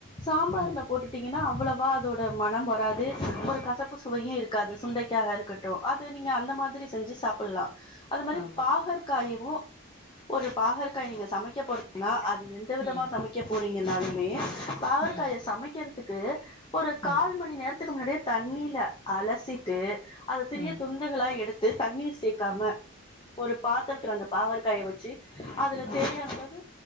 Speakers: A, on the left; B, on the left.
A: சாம்பார்ல
B: ம்
A: போட்டுட்டீங்கன்னா அவ்ளேவா அதோட மனம் வராது ஒரு கசப்பு சுவையும் இருக்காது சுண்டைக்க இருக்கட்டும் அது நீங்க அந்த மாரி செஞ்சு சாப்படலாம் அது மாரி
B: ஆமா
A: பாகற்காயவும் ஒரு பாகற்காய் நீங்க சமைக்க போறீங்கனா அது எந்த விதமா
B: ம்
A: சமைக்க போறீங்கனால மே பாகற்காய
B: ம்
A: சமைக்கிறதுக்கு ஒரு கால்
B: ம்
A: மணி நேரத்துக்கு முன்னாடியே தண்ணீல அலசிட்டு அதை சிறிய
B: ம்
A: துண்டுகளா எடுத்து தண்ணீர் சேர்க்காம ஒரு பாத்திரத்துல அந்த பாகற்காய வச்சு அதுல
B: ஆ
A: தெரிய அளவு